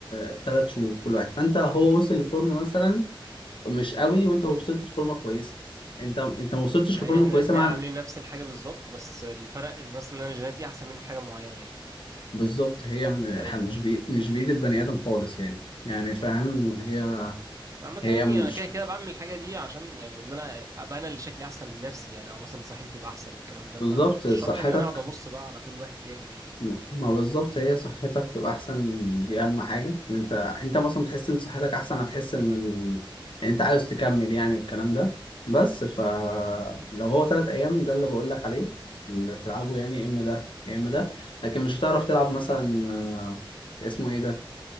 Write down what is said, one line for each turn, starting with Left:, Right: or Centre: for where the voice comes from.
Left: آه، تلات شهور كل واحد فانت هو وصل لفورمه مثلا مش قوي وانت وصلت لفورمه كويسه انت انت ما وصلتش
Right: مع
Left: لفورمه
Right: ان احنا
Left: كويسه
Right: الاتنين
Left: مع
Right: عاملين نفس الحاجة بالظبط بس اللي فرق ان مثلا انا جيناتي احسن منه في حاجة معينة يعني
Left: بالظبط هي م-
Right: ايوه
Left: ح- مش بي... مش بإيد البني آدم خالص يعني يعني فاهم هي
Right: بس عامة
Left: هي
Right: يعني
Left: مش
Right: أنا كده كده بعمل الحاجة دي عشان يعني إن أنا أبقى أنا اللي شكلي أحسن لنفسي يعني أو مثلا صحتي تبقى أحسن والكلام ده
Left: بالظبط
Right: فمش
Left: صحتك
Right: شرط إن أنا أقعد أبص بقى على كل واحد بيعمل إيه
Left: م- ما بالظبط هي صحتك تبقى أحسن دي أهم حاجة إن أنت أنت مثلا بتحس إن صحتك أحسن هتحس إن ال... إن أنت عاوز تكمل يعني والكلام ده بس فلو هو تلات أيام ده اللي بقول لك عليه اللي تلعبه يعني يا إما ده يا إما ده لكن مش هتعرف تلعب مثلا آه، اسمه إيه ده